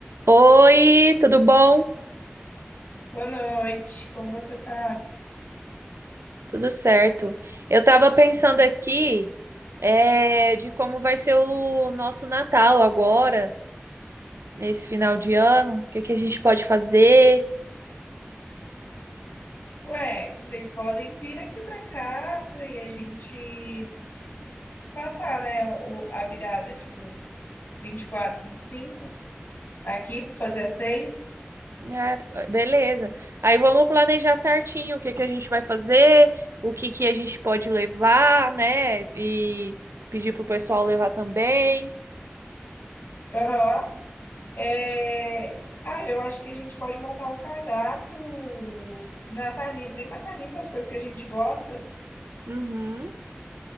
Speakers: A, on the right (about 80°); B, on the left (about 55°).
A: Oi, tudo bom?
B: Boa noite, como você tá?
A: Tudo certo. Eu tava pensando aqui, é, de como vai ser o nosso Natal agora, nesse final de ano, o que que a gente pode fazer.
B: Ué, vocês podem vir aqui pra casa e a gente passar, né, o- a virada, tipo, vinte vinte e quatro, vinte e cinco aqui pra fazer a ceia.
A: É, beleza. Aí vamos planejar certinho o que que a gente vai fazer, o que que a gente pode levar, né? E pedir pro pessoal levar também.
B: Aham. É... Ah, eu acho que a gente pode montar um cardápio natalino, bem natalino das coisas que a gente gosta.
A: Uhum.